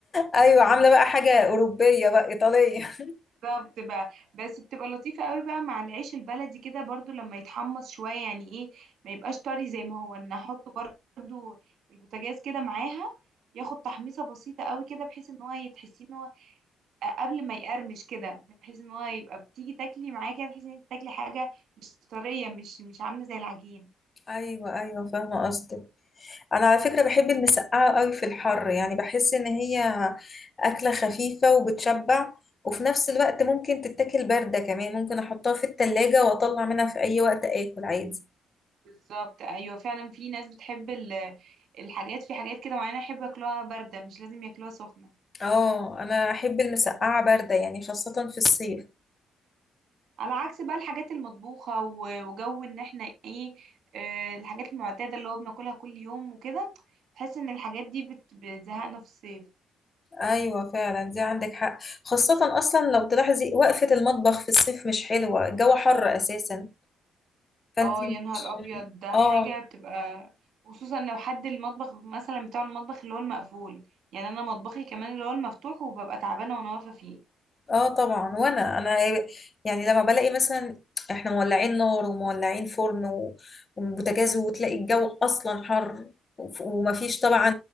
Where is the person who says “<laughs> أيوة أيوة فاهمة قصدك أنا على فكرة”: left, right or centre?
Left